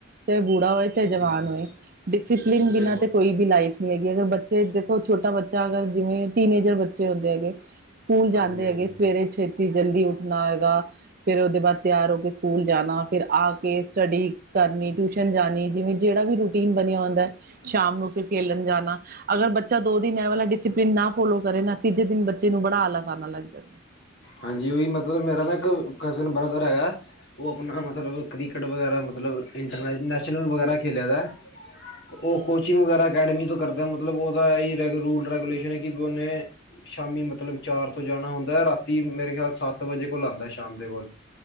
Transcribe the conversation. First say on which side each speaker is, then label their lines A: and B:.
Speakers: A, on the right; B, on the left.
A: ਚਾਹੇ ਬੂੜਾ ਹੋਏ, ਚਾਹੇ ਜਵਾਨ
B: ਜੀ ਬਿਲਕੁਲ
A: ਹੋਏ, ਡਿਸਪਲਿਨ ਬਿਨਾਂ
B: ਬਿਲਕੁਲ
A: ਤੇ ਕੋਈ। ਦੀ ਲਾਈਫ ਨਹੀ ਹੈਗੀ, ਅਗਰ ਬੱਚੇ ਦੇਖੋ ਛੋਟਾ ਬੱਚਾ, ਅਗਰ ਜਿਵੇਂ ਟੀਨ ਏਜਰ ਬੱਚੇ ਹੁੰਦੇ ਹੈਗੇ। ਸਕੂਲ ਜਾਂਦੇ
B: ਹਾਂਜੀ ਹਾਂਜੀ
A: ਹੈਗੇ, ਸਵੇਰੇ ਛੇਤੀ, ਜਲਦੀ ਉੱਠਣਾ ਹੈਗਾ। ਫਿਰ ਉਹਦੇ ਬਾਅਦ ਤਿਆਰ ਹੋ ਕੇ ਸਕੂਲ ਜਾਣਾ, ਫਿਰ ਆ ਕੇ ਸਟੱਡੀ ਕਰਨੀ, ਟਿਊਸ਼ਨ ਜਾਣੀ, ਜਿਵੇਂ ਜਿਹੜਾ ਵੀ ਰੁਟ। ਟੀਨ ਬਣਿਆ ਹੁੰਦੈ, ਸ਼ਾਮ ਨੂੰ ਫਿਰ ਖੇਲਣ ਜਾਣਾ। ਅਗਰ ਬੱਚਾ ਦੋ ਦਿਨ ਇਹ ਵਾਲਾ ਡਿਸਪਲਿਨ ਨਾ ਫੋਲੋ ਕਰੇ ਨਾ, ਤੀਜੇ ਦਿਨ ਬੱਚੇ ਨੂੰ ਬੜਾ ਆਲਸ ਆਣ ਲੱਗ ਜਾਂਦੈ।
B: ਹਾਂਜੀ, ਉਹੀ ਮਤਲਬ, ਮੇਰਾ ਨਾ ਇੱਕ, ਕਜ਼ਨ ਬ੍ਰਦਰ ਹੈਗਾ, ਉਹ ਆਪਣਾ ਮਤਲਬ। ਕ੍ਰਿਕਟ ਵਗੈਰਾ ਮਤਲਬ, ਇੰਟਰਨੈਸ਼ਨ, ਨੈਸ਼ਨਲ ਵਗੈਰਾ ਖੇਡਿਆ ਦਾ। ਉਹ ਕੋਚਿੰਗ ਵਗੈਰਾ ਅਕੈਡਮੀ ਤੋਂ ਕਰਦੈ, ਮਤਲਬ ਉਹਦਾ ਇਹੀ ਰੂਲ ਰੈਗੂਲੇਸ਼ਨ ਹੈ ਕਿ ਉਹਨੇ। ਸ਼ਾਮੀ ਮਤਲਬ, ਚਾਰ ਤੋਂ ਜਾਣਾ ਹੁੰਦੈ, ਰਾਤੀ ਮੇਰੇ ਖਿਆਲ ਸੱਤ ਵਜੇ ਕੋਲ ਆਉਂਦਾ, ਸ਼ਾਮ ਦੇ ਕੋਲ।